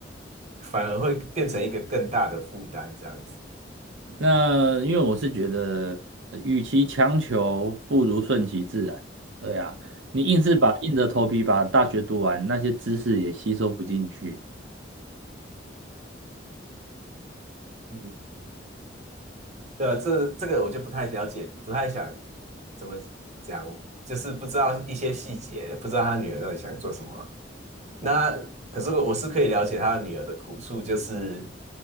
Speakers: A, on the right; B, on the right.
A: 反而会变成一个更大的负担这样子。
B: 那因为我是觉得，呃与其强求，不如顺其自然。对呀，你硬是把硬着头皮把大学读完，那些知识也吸收不进去。
A: 嗯，对啊，这这个我就不太了解，不太想怎么讲，就是不知道一些细节，不知道他女儿到底想做什么。那可是我是可以了解他的女儿的苦处，就是